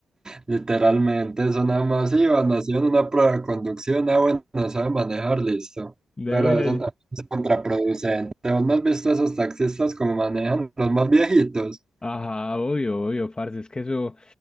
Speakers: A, on the right; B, on the left.
A: Literalmente, eso nada más iba, nació en una prueba de conducción, ah, bueno, no sabe manejar, listo.
B: De
A: Pero
B: buena
A: eso también es contraproducente. ¿Vos no has visto esos taxistas como manejan los más viejitos?
B: Ajá, obvio, obvio, parce, es que eso,